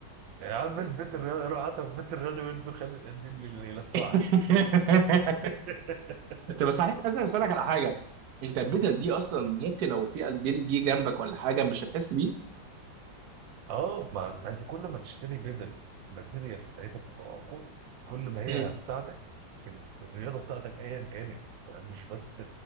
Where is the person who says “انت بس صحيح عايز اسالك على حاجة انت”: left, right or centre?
Right